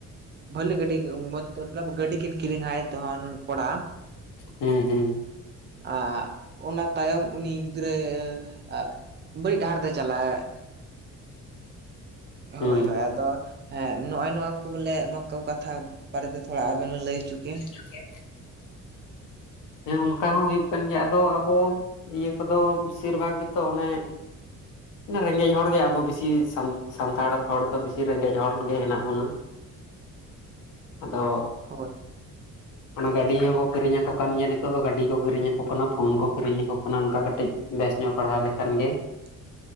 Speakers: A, on the right; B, on the left.
A: ᱵᱷᱟᱹᱞᱤ ᱜᱟᱹᱰᱤ <unintelligible> <unintelligible> ᱜᱟᱹᱰᱤ ᱠᱤᱱ ᱠᱤᱨᱤᱝᱟᱭ ᱛᱚ ᱠᱚᱲᱟ
B: ᱦᱩᱸ ᱦᱩᱸ
A: ᱟᱜ ᱚᱱᱟ ᱛᱟᱭᱚᱢ ᱩᱱᱤ ᱜᱤᱫᱽᱨᱟᱹ ᱟᱜ ᱵᱟᱹᱲᱤᱡ ᱰᱟᱦᱟᱨ ᱛᱮᱭ ᱪᱟᱞᱟᱣᱮ ᱼᱼ
B: ᱦᱩᱸ
A: ᱦᱳᱭ ᱦᱳᱭ ᱟᱫᱚ ᱼᱼ ᱦᱮᱸ ᱱᱚᱜᱼᱚᱭ ᱱᱚᱣᱟ ᱠᱚ ᱵᱚᱞᱮ ᱱᱚᱣᱟ ᱠᱚ ᱠᱟᱛᱷᱟ ᱵᱟᱨᱮᱛᱮ ᱛᱷᱚᱲᱟ ᱟᱵᱮᱱ ᱵᱮᱱ ᱞᱟᱹᱭ ᱦᱚᱪᱚ ᱠᱮ ᱾
B: <unintelligible> ᱦᱮᱸ ᱚᱱᱠᱟ ᱦᱚᱸ ᱦᱩᱭᱩᱜ ᱠᱟᱱ ᱜᱮᱭᱟ ᱟᱫᱚ ᱟᱵᱚ ᱤᱭᱟᱹ ᱠᱚᱫᱚ ᱵᱮᱥᱤᱨ ᱵᱷᱟᱜᱽ ᱜᱮᱛᱚ ᱚᱱᱮ ᱼᱼ ᱨᱮᱸᱜᱮᱡ ᱦᱚᱲ ᱜᱮ ᱟᱵᱚ ᱵᱮᱥᱤ ᱥᱟᱱ ᱥᱟᱱᱛᱟᱲ ᱦᱚᱲ ᱫᱚ ᱵᱮᱥᱤ ᱨᱮᱸᱜᱮᱡ ᱦᱚᱲ ᱜᱮ ᱦᱮᱱᱟᱜ ᱵᱚᱱᱟ ᱾
A: <inaudible>
B: ᱟᱫᱚ ᱼᱼ
A: ᱦᱳᱭ ᱼᱼ
B: ᱚᱱᱟ ᱜᱟᱹᱰᱤ ᱦᱚᱸᱠᱚ ᱠᱤᱨᱤᱧ ᱟᱠᱚ ᱠᱟᱱ ᱜᱮᱭᱟ ᱱᱤᱛᱚᱜ ᱫᱚ ᱜᱟᱹᱰᱤ ᱠᱚ ᱠᱤᱨᱤᱧ ᱟᱠᱚ ᱠᱟᱱᱟ ᱯᱷᱳᱱ ᱠᱚ ᱠᱤᱨᱤᱧ ᱟᱠᱚ ᱠᱟᱱᱟ ᱚᱱᱠᱟ ᱠᱟᱹᱴᱤᱡ ᱵᱮᱥ ᱧᱚᱜ ᱯᱟᱲᱦᱟᱣ ᱞᱮᱠᱷᱟᱱ ᱜᱮ ᱾
A: <inaudible>